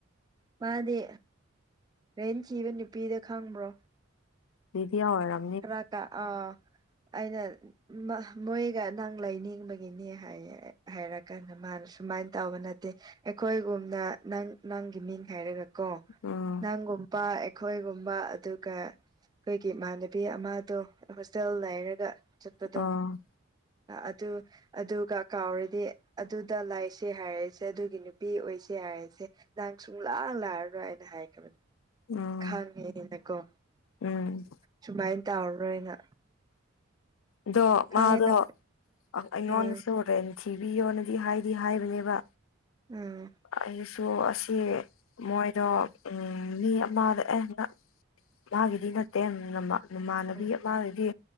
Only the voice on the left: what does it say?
ꯕꯤꯗꯤꯌꯥ ꯑꯣꯏꯔꯝ
ꯎꯝ
ꯑꯥ
ꯎ
ꯎꯝ
ꯑꯗꯣ ꯃꯥꯗꯣ
ꯑꯩꯉꯣꯟꯗꯁꯨ
ꯔꯦꯟ ꯊꯤꯕꯤꯌꯣꯅꯗꯤ ꯍꯥꯏꯗꯤ ꯍꯥꯏꯕꯅꯦꯕ
ꯑꯩꯁꯨ ꯑꯁꯤ ꯃꯣꯏꯗꯣ ꯎꯝ ꯃꯤ ꯑꯃꯗ ꯑꯦ ꯃꯥꯒꯤꯗꯤ ꯅꯠꯇꯦ ꯅꯃꯥꯟꯅꯕꯤ
ꯃꯥꯒꯤꯗꯤ